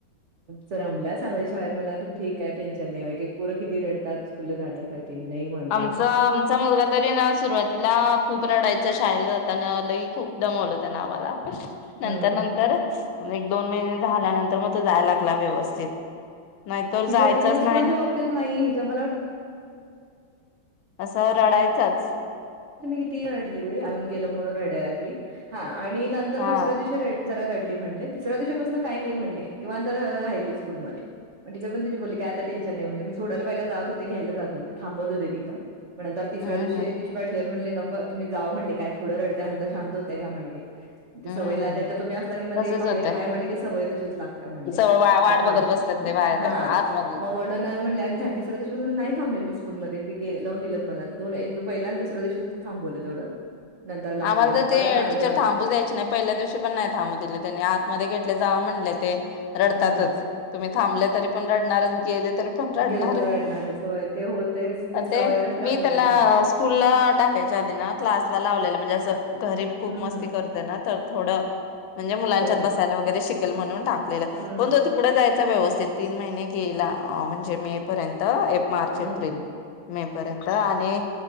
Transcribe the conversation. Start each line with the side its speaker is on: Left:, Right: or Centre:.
Right: च रमला चांगल्या शाळेत मला वाटतं ठीक काय टेनशन नाही एक एक पोरं किती रडतात स्कूलला जाण्यासाठी नाही म्हणतात.
Left: आमचा आमचा मुलगा तरी ना सुरुवातीला खूप रडायच <unintelligible> शाळेला जाताना लई खूप दमवलं त्यान आम्हाला <inaudible>
Right: हम्म
Left: नंतर नंतर एक दोन महिने झाल्यानंतर मग त जायला लागला व्यवस्थित नाहीतर
Right: हिजं
Left: जायचाच
Right: हिजं स्कूलच्या बाबतीत नाही हिजं मला वाट
Left: असा रडायचंच
Right: मी किती रडली गेल म्हणून रडयला लागली हा आणि नंतर
Left: हा
Right: दुसऱ्या दिवशी रेड जरा रडली म्हणले तिसऱ्या दिवशी पासण काय नाही म्हणले निवांत राहिली स्कूल मध्ये पण टीचर पण तिची बोली काय आता टेन्शन नाही म्हणल मी सोडायला जात होते घ्यायला जात होते थांबत होते तिथं. म नंतर तिसऱ
Left: हम्म
Right: दिवशी तिची सर म्हणले नको तुम्ही जा म्हणले काय? थोडं रडत्या नंतर शांत होत्या घ्या म्हणली
Left: हम्म
Right: सवय ला नाही तर तुम्ही असला की मग
Left: तसच
Right: ते बाहेर
Left: होतय
Right: आहे हाय म्हण की सवय तशीच लागते म्हण
Left: सगळ वा वाट
Right: मग थांब
Left: बघत बसतात ते
Right: <unintelligible>
Left: बाहेर
Right: हा
Left: आतमध्ये
Right: मग म्हणून म्हण तिस तासून नाही थांबले मी स्कूलमध्ये वून दि मला पहिल्यांद प्रदेशात थांबवलं तेवढं लावून
Left: आम्हाला
Right: दिलं
Left: तर
Right: मग
Left: ते
Right: परत चांगले
Left: टीचर
Right: रमली
Left: थांबूच द्यायचे नाय पहिल्या दिवशी पण नाय थांबू दिले त्यांनी आतमध्ये घेटले जावा म्हणले ते रडतातच
Right: हम्म
Left: तुम्ही थांबले तरी पण रडणारच केलेत तरी पण रडणार
Right: गेलं तर रडणारच होय ते होतेच
Left: अ
Right: सवय
Left: ते
Right: नसत्या
Left: मी
Right: पोलांना
Left: त्याला स्कूलला टाकायच्या आधी ना क्लासला लावलेल. म्हणजे अस घरी खूप
Right: हम्म
Left: मस्ती
Right: हम्म
Left: करते ना तर थोडं म्हणजे मुलांच्यात
Right: थोडा टाइम
Left: बसायला वगैरे शिक म्हणून टा लेला
Right: हम्म
Left: पण तो तिकडं जाय व्यवस्थित तीन महिने गेला म्हणजे मे पर्यंत मार्च
Right: हम्म
Left: एप्रिल मे पर्यंत त आणि